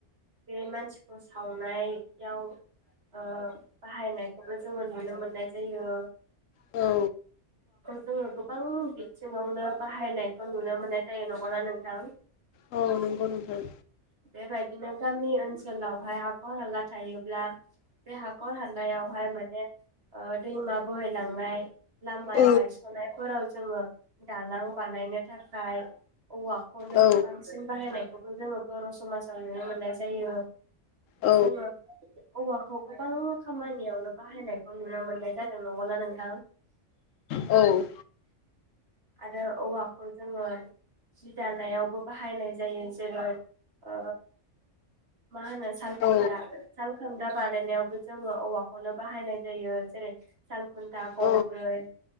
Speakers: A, on the right (about 50°); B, on the left (about 80°).
A: बे मानसिखौ सावनायाव ओ बाहायनायखौबो जोङो नुनो मोननाय जायो
B: औ
A: <unintelligible> गोबां बिथिङावनो बाहायनायखौ नुनो मोननाय जायो नंगौना नोंथां?
B: औ नंगौ नोंथां।
A: बेबायदिनो गामि ओनसोलावहाय हाखर हाला थायोब्ला बे हाखर हालायावहाय माने ओ दैमा बोहैलांनाय लामाया
B: औ
A: बायस' नाय फोराव जोङो दालां बानायनो थाखाय औवाखौनो
B: औ
A: बांसिन बाहायनायखौबो जोङो बर' समाजाव नुनो मोननाय जायो।
B: औ
A: जोङो औवाखौ गोबां खामानियावनो बाहायनायखौ नुनो मोननाय जादों नंगौना नोंथां?
B: औ
A: आरो औवाखौ जोङो जि दानायावबो बाहायनाय जायो जेरै- ओ मा होनो सालखुन्था
B: औ
A: सालखुन्था बानायनायावबो जोङो औवाखौनो बाहायनाय जायो जेरै- सालखुन्था गंब्रै
B: अ औ